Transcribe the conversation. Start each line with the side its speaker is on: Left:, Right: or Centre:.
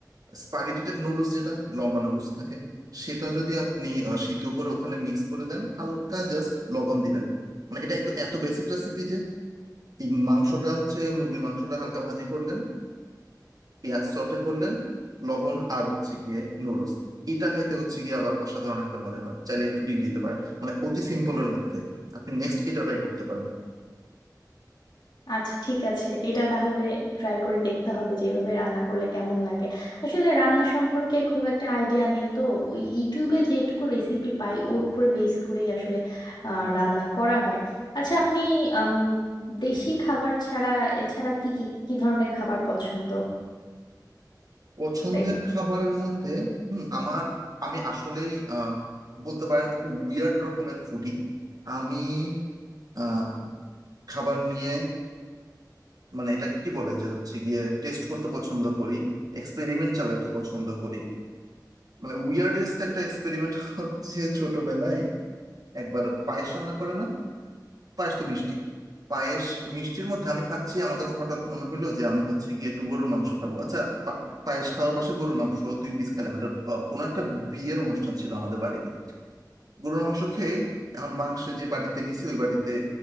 Right: স্পাগেটিটা নুডলস যেটা লম্বা নুডলস থাকে সেটা যদি আপনি আহ, সিদ্ধ করে ওখানে মিক্স করে দেন হালকা জাস্ট লবণ দিবেন মানে এটা একদম এত বেসিক রেসিপি যে এই মাংসটা হচ্ছে মুরগির মাংসটা হালকা ভাজি করলেন পেঁয়াজ সটে করলেন লবণ আর হচ্ছে গিয়ে নুডলস এটা খাইতে হচ্ছে গিয়ে আবার অসাধারণ একটা মজা হয় চাইলে একটু ডিম দিতে পারেন মানে অতি সিম্পলের মধ্যে আপনি নেক্সট এটা ট্রাই করতে পারেন
Left: আচ্ছা ঠিক আছে এটা তাহলে ট্রাই করে দেখতে হবে যে এইভাবে রান্না করলে কেমন লাগে আসলে রান্না সম্পর্কে খুব একটা আইডিয়া নেই তো ওই ইউটিউবে যেটুকু রেসিপি পাই ওর উপরে বেস করেই আসলে আহ, রান্না করা হয় আচ্ছা আপনি আম, দেশি খাবার ছাড়া এছাড়া কি কি কি ধরনের খাবার পছন্দ
Right: পছন্দের
Left: লাইক
Right: খাবারের মধ্যে হুম আমার আমি আসলেই আহ, বলতে পারেন একটু উইয়ার্ড রকমের ফুডি আমি আহ, খাবার নিয়ে মানে এটাকে কি বলে যে হচ্ছে গিয়ে টেস্ট করতে পছন্দ করি এক্সপেরিমেন্ট চালাইতে পছন্দ করি মানে উইয়ার্ডেস্ট একটা এক্সপেরিমেন্ট হচ্ছে ছোটবেলায় একবার পায়েস রান্না করে না পায়েস তো মিষ্টি পায়েস মিষ্টির মধ্যে আমি খাচ্ছি আমার কাছে হঠাৎ মনে হলো যে আমি হচ্ছে গিয়ে একটু গরুর মাংস খাবো আচ্ছা পা- পায়েস খাওয়ার পাশে গরুর মাংস দুই পিস খেলাম এটা আহ, কোনো একটা বিয়ের অনুষ্ঠান ছিল আমাদের বাড়িতে গরুর মাংস খেয়ে এখন মাংস যে বাটিতে নিছি ওই বাটিতে